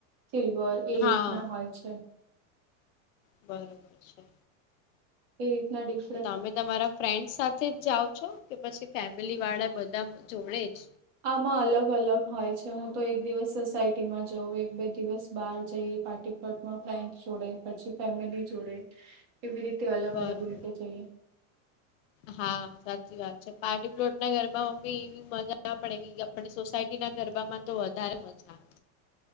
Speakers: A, on the right; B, on the left.
A: સિલ્વર
B: છે
A: એ
B: હા
A: રીતના હોય છે
B: બરાબર છે
A: એ રીતના ડિસ્કાઉન્ટ
B: તો તમે તમારા ફ્રેન્ડસ સાથે જ જાઓ છો કે પછી ફેમિલી વાળા બધા જોડે જ
A: આમાં અલગ અલગ હોય છે હું તો એક દિવસ સોસાયટીમાં જઉં એક બે દિવસ બહાર જઈએ પાર્ટી પ ફ્રેન્ડ જોડે પછી ફેમિલી જોડે એવી રીતે અલગ
B: બરોબર
A: અલગ રીતે જઈએ
B: હા સાચી વાત છે પાર્ટી પ્લોટ ના ઘરમાં એવી મજા ના પણ એવી પણ સોસાયટી ના ગરબામાં તો વધારે મજા આવે